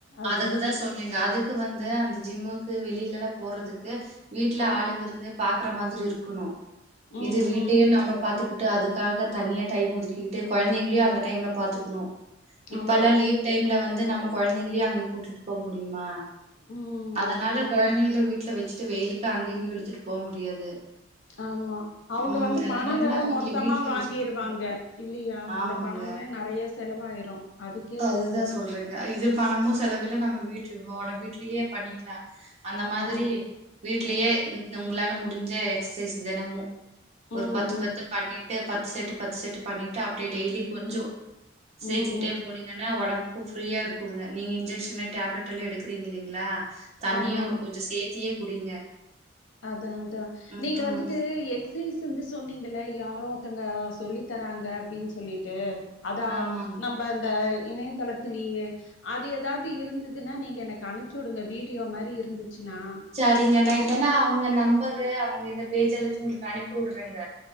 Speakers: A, on the left; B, on the right.
A: அது
B: அதுக்குதா சொன்னேங்க அதுக்கு வந்து அந்த ஜிம்முக்கு வெளிலல்லா போறதுக்கு வீட்ல
A: ம்
B: ஆளுங்க இருந்து பாக்குற மாதிரி இருக்கணு
A: ம்
B: இது வீட்டையு
A: ம்
B: நம்ம பாத்துக்கிட் டு அதுக்காக தனியா டைம் ஒதுக்கிகிட்டு கொழந்தைங்களையு அந்த டைம்ல பாத்துக்கணு இப்பல்லா
A: ஆமா
B: லீவ் டைம்ல வந்து நம்ம கொழந்தைங்களையு அங்க கூட்டுட்டு போக முடியுமா
A: ம்
B: அதனால
A: அதான்
B: கொழந்தைங்கள வீட்ல வெச்சிட்டு வெயிலுக்கு அங்க இங்கியு இழுத்துட்டு போ முடியாது.
A: ஆமா அவுங்க
B: ம்
A: வந்து பண
B: அதனால
A: வேற
B: அவங்கள
A: மொத்தமா
B: வீட்ல
A: வாங்கிருவாங்க.
B: வச்சுட்டு தான் பாக்கணும்.
A: இல்லியா அந்த
B: ஆமாங்க
A: பணமுமே நறையா செலவாயிரு. அதுக்கே
B: அதுதா
A: போகு
B: சொல்றங்க இது பணமு செலவில்ல நம்ம வீட்டு ஓட வீட்லியே பண்ணிக்லா. அந்த மாரி
A: ஆ
B: வீட்லியே
A: ஆ
B: <inaudible> உங்ளால முடிஞ்ச எக்ஸசைஸ் தெனமு
A: ம்
B: ஒரு பத்து பத்து
A: ம் ம்
B: பண்ணிட்டு பத்து செட்டு பத்து செட்டு பண்ணிட்டு அப்டே டெய்லி கொஞ்சோ சேத்திகிட்டே
A: ம்
B: போனீங்கன்னா ஒடம்க்கு ஃப்ரீயா இருக்குங்க நீங்க இன்ஜெக்ஷனு டேப்லெட் எல்லா எடுக்குறீங் இல்லிங்ளா தண்ணியுர்
A: ஆமா ஆமா
B: கொஞ்சோ சேத்தியே குடிங்க.
A: அதா அதா
B: ம்.
A: நீங்க வந்துட்டு எக்ஸ் க்சைஸ் வந்து சொன்னீங்கள்ல யாரோ ஒர்த்தங்க சொல்லி தராங்க அப்டின் சொல்லிட்டு அதா
B: ஆமாங்க.
A: நம்ப இந்த இணையதள திலியே அது எதாவது இருந்துதுனா நீங்க எனக்கு அனுப்ச்சுடுங்க வீடியோ மாரி இருந்துச்சுனா.
B: சரிங்க நா இல்லன்னா அவுங்க நம்பரு அவுங்க இந்த பேஜ் எல்லாச்சு உங்குளுக்கு அனுப்பி உட்றேங்க.